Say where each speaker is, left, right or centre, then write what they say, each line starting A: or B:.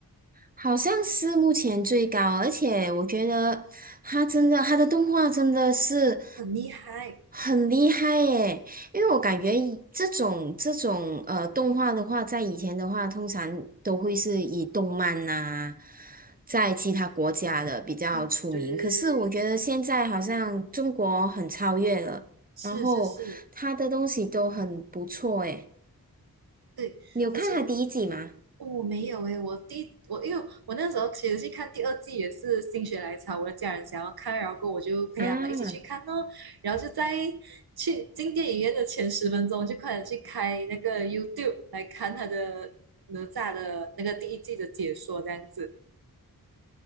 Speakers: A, on the right (about 25°); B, on the right (about 85°).
A: 好像是目前最高，而且我觉得他真的，他的动画真的是
B: 很厉害。
A: 很厉害耶！因为我感觉以这种这种呃动画的话，在以前的话，通常都会是以动漫呐、在其他国家的比较出名。
B: 嗯，对对对，
A: 可是我觉得现在好像中国很超越了，
B: 是是是，
A: 然后他的东西都很不错诶。
B: 对，
A: 你有看他第一季吗？
B: 而且我。哦我没有诶，我第我因为我那时候其实去看第二季也是心血来潮，我的家人想要看，然后我就陪他们一起去看哦，
A: 啊，
B: 然后就在去进电影院的前十分钟就快点去开那个 YouTube 来看他的哪吒的那个第一季的解说这样子。